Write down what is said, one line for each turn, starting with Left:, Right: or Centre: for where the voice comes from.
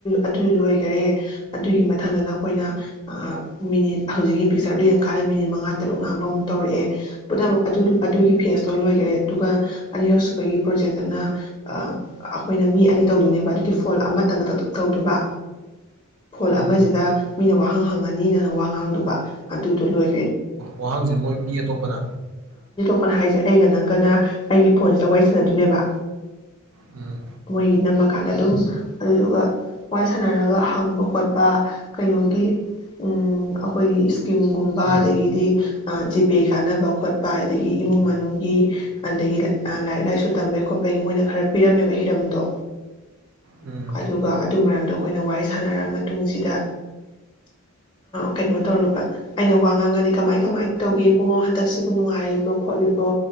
Left: ꯑꯗꯨ ꯂꯣꯏꯈꯔꯦ ꯑꯗꯨꯒꯤ ꯃꯊꯪꯗꯅ ꯑꯩꯈꯣꯏꯅ ꯃꯤꯅꯤꯠ ꯍꯧꯖꯤꯛꯀꯤ ꯄꯤꯛꯆꯔꯗꯨꯣ ꯌꯦꯡꯀꯥꯟꯗ ꯃꯤꯅꯤꯠ ꯃꯉꯥ ꯇꯔꯨꯛ ꯉꯥꯡꯕꯃꯨꯛ ꯇꯧꯔꯛꯑꯦ ꯄꯨꯝꯅꯃꯛ ꯑꯗꯨ ꯑꯗꯨꯒꯤ ꯐꯦꯁꯇꯣ ꯂꯣꯏꯈꯔꯦ ꯑꯗꯨꯒ ꯑꯅꯤꯔꯛꯁꯨꯨꯕꯒꯤ ꯄ꯭ꯔꯣꯖꯦꯛꯇꯅ ꯑꯩꯈꯣꯏꯅ ꯃꯤ ꯑꯅꯤ ꯇꯧꯗꯣꯏꯅꯦꯕ ꯑꯗꯨꯗꯤ ꯐꯣꯟ ꯑꯃꯇꯪꯒ ꯇꯞ ꯇꯞ ꯇꯧꯗꯕ ꯐꯣꯟ
Right: ꯎꯝ
Left: ꯑꯃꯁꯤꯗ ꯃꯤꯅ ꯋꯥꯍꯪ ꯍ ꯐꯪꯉꯅꯤꯗꯅ ꯋꯥ ꯉꯥꯡꯗꯨꯕ ꯑꯗꯨꯗꯣ ꯂꯣꯏ
Right: ꯋꯥꯍꯥꯡꯁꯦ ꯃꯣꯏꯒꯤ ꯑꯇꯣꯞꯄꯅ
Left: ꯀꯅ ꯍꯥꯏꯁꯩ ꯑꯩꯒ ꯅꯪꯒꯅ ꯑꯩꯒꯤ ꯐꯣꯟꯁꯤꯗ ꯋꯥꯔꯤ ꯁꯥꯟꯅꯗꯣꯏꯅꯦꯕ
Right: ꯎꯝ
Left: ꯃꯣꯏꯒꯤ ꯅꯝꯃꯀꯥꯟꯗ ꯑꯗꯨꯝ ꯑꯗꯨꯗꯨꯒ ꯋꯥꯔꯤ ꯁꯥꯟꯅꯔꯒ ꯍꯪꯕ ꯈꯣꯠꯄ ꯀꯩꯅꯣꯒꯤ ꯑꯩꯈꯣꯏꯒꯤ ꯏꯁꯀꯤꯝꯒꯨꯝꯕ ꯑꯗꯒꯤꯗꯤ ꯖꯤꯄꯦ ꯀꯥꯟꯅꯕ ꯈꯣꯠꯄ ꯑꯗꯒꯤ ꯏꯃꯨꯡ ꯃꯅꯨꯡꯒꯤ ꯑꯗꯒꯤ ꯂꯥꯏꯔꯤꯛ ꯂꯥꯏꯁꯨ ꯇꯝꯕꯒꯤ ꯈꯣꯠꯄꯒꯤ ꯃꯣꯏꯅ ꯈꯔ ꯄꯤꯔꯝꯃꯦꯕ ꯍꯤꯔꯝꯗꯣ
Right: ꯎꯝ
Left: ꯑꯗꯨꯒ ꯑꯗꯨ ꯃꯔꯝꯗꯣ ꯑꯩꯈꯣꯏꯅ ꯋꯥꯔꯤ ꯁꯥꯟꯅꯔ ꯃꯇꯨꯡꯁꯤꯗ ꯀꯩꯅꯣ ꯇꯧꯔꯨꯕ ꯑꯩꯅ ꯋꯥ ꯉꯥꯡꯉꯅꯤ ꯀꯃꯥꯏ ꯀꯃꯥꯏꯅ ꯇꯧꯒꯦ ꯏꯕꯨꯡꯉꯣ ꯍꯟꯗꯛꯁꯤꯕꯨ ꯅꯨꯡꯉꯥꯏꯔꯤꯕ꯭ꯔꯣ ꯈꯣꯠꯂꯤꯕ꯭ꯔꯣ